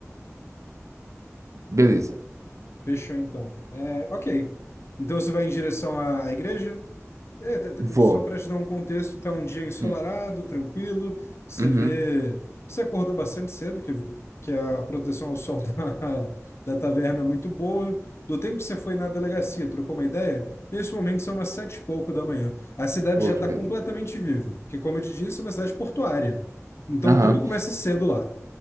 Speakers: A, on the right (about 70°); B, on the left (about 55°).
A: Beleza.
B: Fechou então. É, ok. Então você vai em direção à, à igreja? É, t- t-
A: Vou.
B: só para te dar um contexto, tá um dia ensolarado,
A: Hum.
B: tranquilo. Você
A: Uhum.
B: vê. Você acordou bastante cedo, que, que a proteção ao sol <laughs> da, da taverna é muito boa. Do tempo que você foi na delegacia, trocou uma ideia? Nesse momento são umas sete e pouco da manhã. A cidade
A: Oh,
B: já está
A: que beleza.
B: completamente viva, porque, como eu te disse, é uma cidade portuária. Então
A: Aham.
B: tudo começa cedo lá.